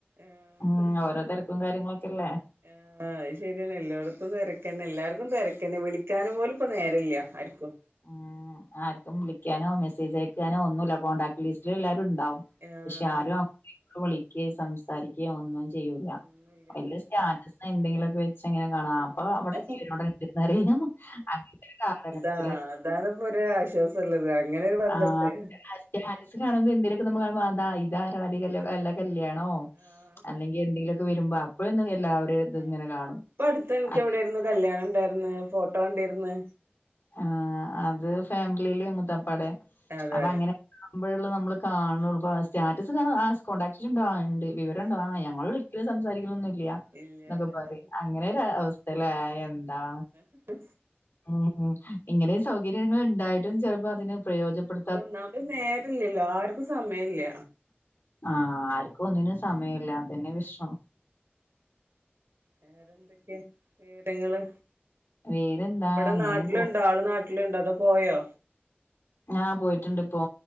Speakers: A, on the right; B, on the left.
A: ആഹ്
B: ഉം ഓരോ തിരക്കും കാര്യങ്ങളൊക്കെല്ലേ <inaudible>
A: ആഹ് അത് ശരിയാണ് എല്ലായിടത്തും തിരക്കന്നെ എല്ലാർക്കും തിരക്കന്നെ വിളിക്കാനും പോലും ഇപ്പ നേരല്ല ആർക്കും
B: ഉം ആർക്കും വിളിക്കാനോ മെസ്സേജ് അയക്കാനോ ഒന്നുല്ല കോണ്ടാക്ട് ലീസ്റ്റ് എല്ലാരും ഉണ്ടാവും
A: ആഹ്
B: പക്ഷെ ആരും <unintelligible> വിളിക്ക സംസാരിക്ക ഒന്നും ചെയ്യൂല്ല
A: ഒന്നുല്ലാതെ
B: വല്ല സ്റ്റാറ്റസോ എന്തെങ്കിലുമൊക്കെ എങ്ങനെ കാണ
A: ആഹ്
B: അപ്പൊ അവിടെ ജീവനോടെ ഇണ്ടന്നറിയ അങ്ങനത്തെ കാലഘട്ടം
A: ആഹ് അതാണ് ഇപ്പോ ഒരു ആശ്വാസള്ളത് അങ്ങനൊ ഒരു ബന്ധട്ടെ
B: ആഹ് സ്റ്റാറ്റസ് കാണുമ്പോ എന്തേലൊക്കെ നമ്മ <unintelligible>
A: ആഹ്
B: <unintelligible> കല്യാണോ
A: ആഹ്
B: അല്ലെങ്കിൽ എന്തെങ്കിലൊക്കെ വരുമ്പോ അപ്പോഴൊന്നും <unintelligible> ഇത്
A: ആഹ്
B: ഇങ്ങനെ കാണും
A: ഇപ്പൊ അടുത്ത് എനിക്ക്
B: അ
A: എവിടെയിരുന്നു കല്യാണം ഇണ്ടായിരിന്ന് ഫോട്ടോ കണ്ടിരിന്ന്
B: ആ അത് ഫാമിലിയില് മുത്തപ്പാടെ
A: അതെ
B: അപ്പൊ അങ്ങനെ, നമ്പഴുള്ള നമ്മള് കാണു
A: ആഹ്
B: സ്റ്റാറ്റസ് കാണ അ കോൺടാക്റ്റ ഉണ്ട് വിവരംണ്ടോ
A: ആഹ്
B: ആ ഞങ്ങൾ വിളിക്കലും സംസാരിക്ക ലെന്നുംല്ല
A: ഇല്ല
B: എന്നൊക്കെ
A: അതന്നെ
B: പറിം അങ്ങനെ ഒരു അവസ്ഥയില എന്താണ്
A: എ
B: ഉ ഹ് ഇങ്ങനെ സൗകര്യങ്ങൾ ഉണ്ടായിട്ടും ചിലപ്പോ അതിന് പ്രയോജപ്പെട
A: ഒന്നാമത് നേരല്ലല്ലോ ആർക്കും സമയം ഇല്ല
B: ആഹ ആർക്കും ഒന്നിനും സമയമല്ല അതന്നെ വിഷ്രം
A: വേറെന്തൊക്കെയ വിവരങ്ങള്
B: വേറെന്താ
A: ഇവിടെ
B: അങ്ങനെ
A: നാട്ടിലുണ്ട
B: പോ
A: ആള് നാട്ട വീട്ടിലുണ്ടോ അതോ പോയോ?
B: ആ പോയിട്ടുണ്ട് ഇപ്പോ